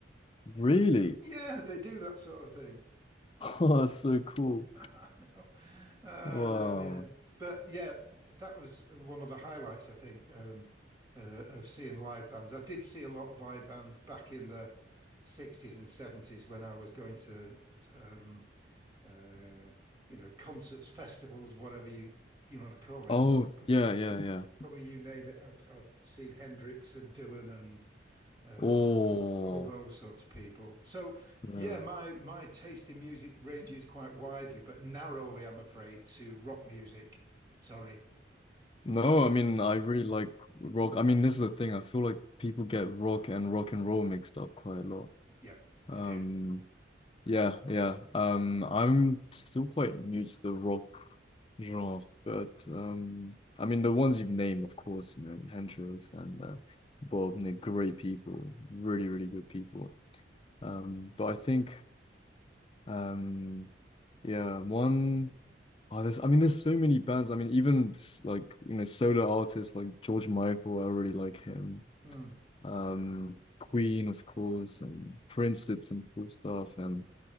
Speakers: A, on the left; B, on the right.
A: Really?
B: Yeah, they do that sort of thing, but.
A: <laughs> Oh, that's so cool.
B: <laughs> No. Oh
A: Wow.
B: no, yeah. But yeah, that was one of the highlights, I think, um, uh, of seeing live bands. I did see a lot of live bands back in the 60s and 70s when I was going to, um, uh, you know, concerts, <laughs> festivals, whatever you you want to call it.
A: Oh,
B: P-
A: yeah, yeah, yeah.
B: Probably you name it. I've, I've seen Hendrix and Dylan and um,
A: Oh,
B: all those sorts of people. So
A: yeah.
B: yeah, my my taste in music ranges quite widely, but narrowly, I'm afraid, to rock music. Sorry.
A: No, I mean, I really like rock. I mean, this is the thing. I feel like people get rock and rock and roll mixed up quite a lot.
B: Yep,
A: Um,
B: they do.
A: yeah, yeah. Um, I'm still quite new to the rock genre, but um, I mean, the ones you've named, of course, you know, Hendrix and uh, Bob, they're great people, really, really good people. Um, but I think, um, yeah, one. Oh, there's, I mean, there's so many bands. I mean, even s- like, you know, solo artists like George Michael, I really like him.
B: Mm.
A: Um, Queen, of course, and Prince did some cool stuff. And